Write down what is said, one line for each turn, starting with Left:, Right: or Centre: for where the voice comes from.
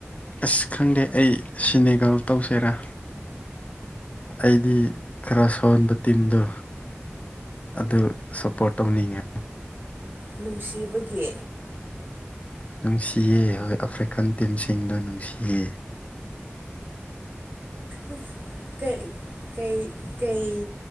Left: ꯑꯁ ꯈꯪꯗꯦ ꯑꯩ ꯁꯤꯅꯦꯒꯜ ꯇꯧꯁꯦꯔꯥ ꯑꯩꯗꯤ ꯈꯔ ꯁꯣꯟꯕ ꯇꯤꯝꯗꯣ ꯑꯗꯨ ꯁꯞꯄꯣꯔꯠ ꯇꯧꯅꯤꯡꯉꯦ
Right: ꯅꯨꯡꯁꯤꯕꯒꯤ
Left: ꯅꯨꯡꯁꯤꯌꯦ ꯍꯣꯏ ꯑꯐ꯭ꯔꯤꯀꯥꯟ ꯇꯤꯝꯁꯤꯡꯗꯣ ꯅꯨꯡꯁꯤꯌꯦ
Right: ꯎꯝ <inaudible> ꯀꯩ ꯀꯩ